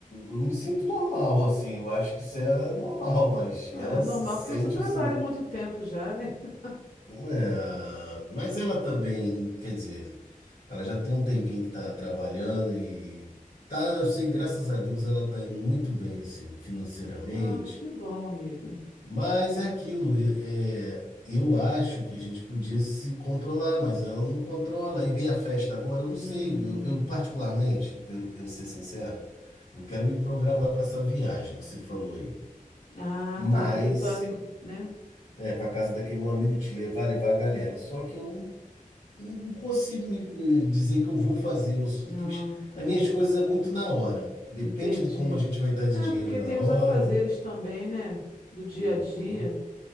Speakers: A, on the left; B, on the left.
A: eu me sinto normal, assim, eu acho que isso é normal, mas ela
B: É é normal,
A: se sente
B: porque você trabalha
A: assim.
B: muito tempo já, né? <laughs>
A: É, mas ela também, quer dizer, ela já tem um tempinho que tá trabalhando e tá, eu sei, graças a Deus ela tá indo muito bem assim, financeiramente.
B: Ah, que bom, amigo.
A: Mas é aquilo, é, é, eu acho que a gente podia se controlar, mas ela não controla. Aí vem a festa agora, eu não sei,
B: Hum.
A: eu, eu particularmente, eu, eu ser sincero, eu quero me programar para essa viagem que você falou aí.
B: Ah,
A: Mas
B: tá lá para aquele teu amigo, né?
A: é para casa daquele meu amigo te levar, levar a galera. Só que eu não eu não consigo me eh, dizer que eu vou fazer. Eu só
B: Ah,
A: tenho que...
B: tá.
A: As minhas coisas é muito na hora. Depende
B: Entendi.
A: de como a gente vai estar de
B: É,
A: dinheiro
B: porque
A: na
B: tem
A: hora.
B: os afazeres também, né? Do dia
A: Uhum.
B: a dia.